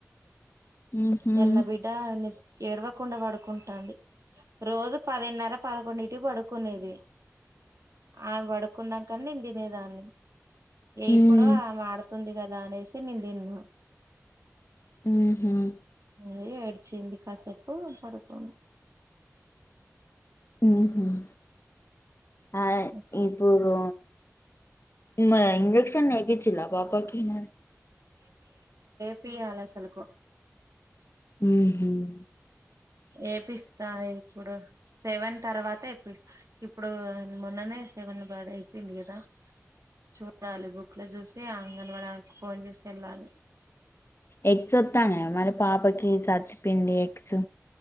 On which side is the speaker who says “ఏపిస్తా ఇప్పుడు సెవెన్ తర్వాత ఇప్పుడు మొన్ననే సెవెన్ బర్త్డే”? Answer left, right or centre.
Right